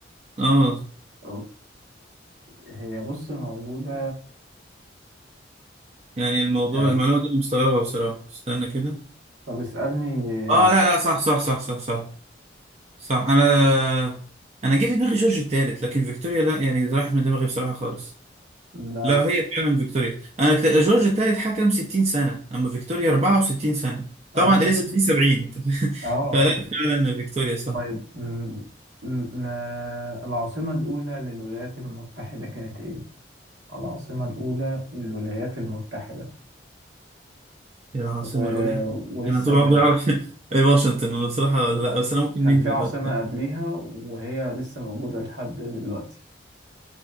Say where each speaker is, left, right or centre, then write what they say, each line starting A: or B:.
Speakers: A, on the right (about 35°); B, on the right (about 75°).
A: آه.
B: أوكي هي بص موجودة
A: يعني الموضوع
B: مش عارف
A: المعلومة دي أنا مستغربها بصراحة استنى كده
B: طب اسألني
A: اه لا لا صح صح صح صح صح صح انا انا جه في دماغي جورج الثالث لكن فيكتوريا لا يعني راحت من دماغي بصراحة خالص
B: لا لا
A: لا هي فعلا فيكتوريا انا كت... جورج الثالث حكم 60 سنة اما فيكتوريا 64 سنة طبعا
B: اه
A: اليزابيث دي 70 <laughs>
B: اه آه.
A: فلا فعلا فيكتوريا صح
B: طيب م- م- ما العاصمة الأولى للولايات المتحدة كانت إيه؟ العاصمة الأولى للولايات المتحدة
A: يا العاصمة
B: و...
A: الأولى
B: ولسه
A: أنا طول عمري
B: مو...
A: أعرف <laughs> واشنطن أنا بصراحة
B: لا
A: لا بس أنا ممكن
B: كان
A: نهبط
B: في عاصمة
A: بقى
B: قبليها وهي لسه موجودة لحد دلوقتي